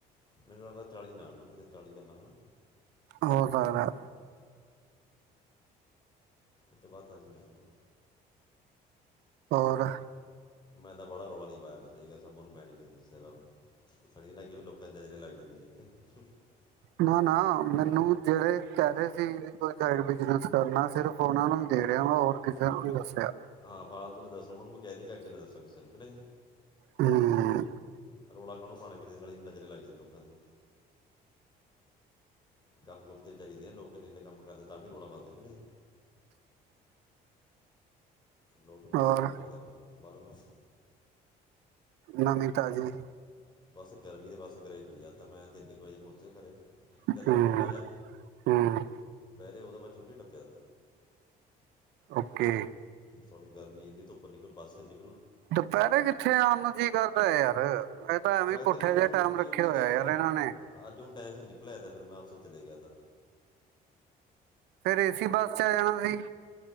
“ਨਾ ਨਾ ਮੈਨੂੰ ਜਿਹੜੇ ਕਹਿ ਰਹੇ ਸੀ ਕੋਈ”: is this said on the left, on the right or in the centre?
Right